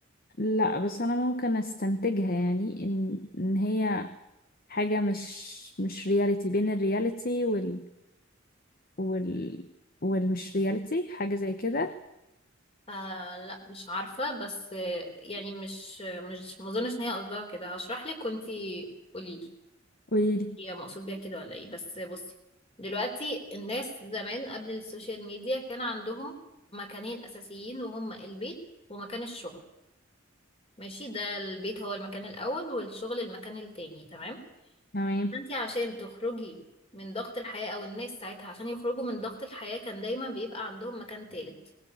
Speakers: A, on the left (about 50°); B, on the left (about 30°).
A: لا بس انا ممكن استنتجها يعني ان ان هي حاجة مش مش رياليتي بين الرياليتي وال وال والمش رياليتي حاجة زي كده
B: آه لا مش عارفة بس آه، يعني مش مش مظنش إن هي قصدها كده هشرح لك وانتي قوليلي
A: قوليلي
B: هي مقصود بيها كده ولا ايه بس بصي دلوقتي الناس زمان قبل السوشيال ميديا كان عندهم مكانين أساسيين وهما البيت ومكان الشغل ماشي ده البيت هو المكان الأول والشغل المكان التاني تمام
A: تمام
B: انت عشان تخرجي من ضغط الحياة او الناس ساعتها عشان يخرجوا من ضغط الحياة كان دايما بيبقى عندهم مكان تالت